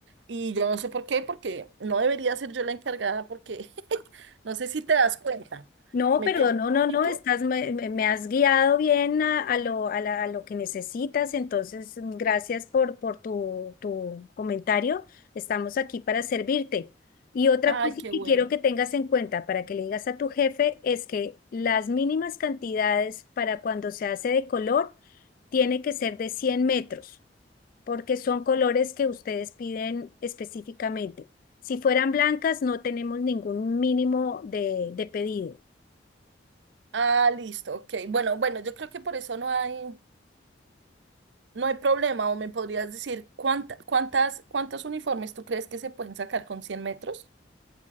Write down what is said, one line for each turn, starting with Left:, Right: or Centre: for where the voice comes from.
Right: y yo no sé por qué, porque no debería ser yo la encargada porque <laughs> no sé si te das cuenta,
Left: No,
Right: me
Left: perdón,
Right: pierdo
Left: no,
Right: un poquito.
Left: no, no, estás, me, me- me has guiado bien a, a lo, a la- a lo que necesitas, entonces mm, gracias por, por tu, tu comentario, estamos aquí para servirte. Y otra
Right: Ay,
Left: cosa
Right: qué
Left: que
Right: bueno.
Left: quiero que tengas en cuenta para que le digas a tu jefe es que las mínimas cantidades para cuando se hace de color tiene que ser de 100 metros, porque son colores que ustedes piden específicamente. Si fueran blancas, no tenemos ningún mínimo de de pedido.
Right: Ah, listo, ok. Bueno, bueno, yo creo que por eso no hay No hay problema, o me podrías decir cuánta- cuántas, cuántos uniformes tú crees que se pueden sacar con cien metros?